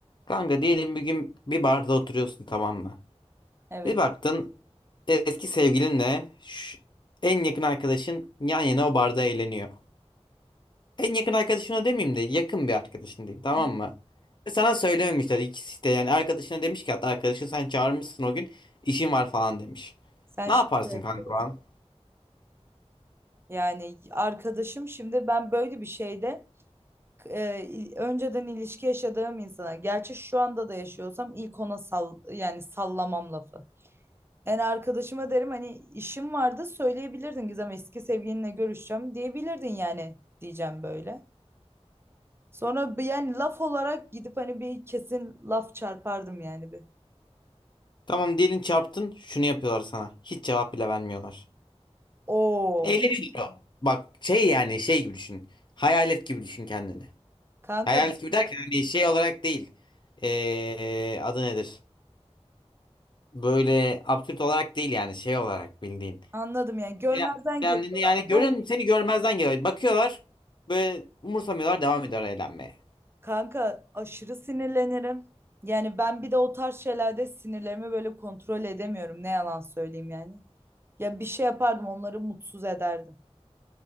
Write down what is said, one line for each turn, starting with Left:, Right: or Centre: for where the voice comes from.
Left: Kanka diyelim bir gün bir barda oturuyorsun tamam mı?
Right: Evet.
Left: Bir baktın eski sevgilinle ş- en yakın arkadaşın yan yana o barda eğleniyor. En yakın arkadaşına demeyeyim de yakın bir arkadaşın diyeyim tamam
Right: Evet.
Left: mı? Ve sana söylememişler ikisi de yani arkadaşına demiş ki hatta arkadaşın sen çağırmışsın o gün işin var falan demiş.
Right: Sen
Left: Ne
Right: şaka
Left: yaparsın
Right: yapıyorsun.
Left: kanka o an?
Right: Yani arkadaşım şimdi ben böyle bir şeyde e, il- önceden ilişki yaşadığım insana gerçi şu anda da yaşıyorsam ilk ona sal yani sallamam lafı. Yani arkadaşıma derim hani işim vardı söyleyebilirdin Gizem eski sevgilinle görüşeceğim diyebilirdin yani diyeceğim böyle. Sonra bir yani laf olarak gidip hani bir kesin laf çarpardım yani bir.
Left: Tamam diyelim çarptın şunu yapıyorlar sana. Hiç cevap bile vermiyorlar.
Right: Oo
Left: Eğleniyor. Bak şey yani şey gibi düşün. Hayalet gibi düşün kendini.
Right: kanka
Left: Hayalet
Right: ben
Left: gibi derken hani şey olarak değil. Ee, adı nedir? Böyle absürt olarak değil yani şey olarak bildiğin.
Right: anladım yani görmezden
Left: Ya- Kendini
Right: geliyorlar.
Left: yani görün
Right: Yok
Left: seni görmezden geliyor. Bakıyorlar böyle umursamıyorlar devam ediyor eğlenmeye.
Right: Kanka aşırı sinirlenirim. Yani ben bir de o tarz şeylerde sinirlerimi böyle kontrol edemiyorum. Ne yalan söyleyeyim yani. Ya bir şey yapardım onları mutsuz ederdim.